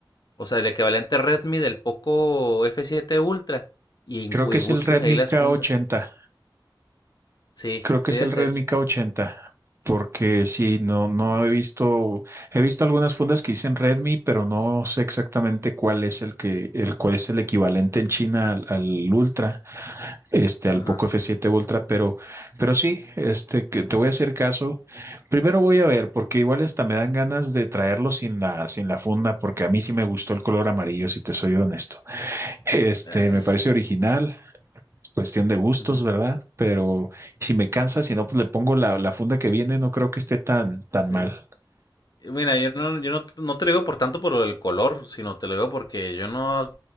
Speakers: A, on the left; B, on the right.
A: O sea, el equivalente Redmi del Poco f siete Ultra. Y,
B: creo
A: y
B: que es
A: busques
B: el Redmi
A: ahí las
B: K80,
A: fundas. Sí,
B: creo que
A: debe
B: es el
A: ser.
B: Redmi K80, porque sí, no, no he visto, he visto algunas fundas que dicen Redmi, pero no sé exactamente cuál es el que, el cuál es el equivalente en China al al Ultra. este,
A: Ajá.
B: al Poco F7 Ultra, pero, pero sí, este, que te voy a hacer caso. Primero voy a ver, porque igual hasta me dan ganas de traerlo sin la, sin la funda, porque a mí sí me gustó el color amarillo, si te soy honesto. Este,
A: Ay.
B: me parece original, cuestión de gustos,
A: Uh -huh.
B: ¿verdad? Pero si me cansa, si no, pues le pongo la, la funda que viene, no creo que esté tan, tan
A: Sí.
B: mal.
A: Y Mira, yo no, yo no, no te lo digo por tanto por el color, sino te lo digo porque yo no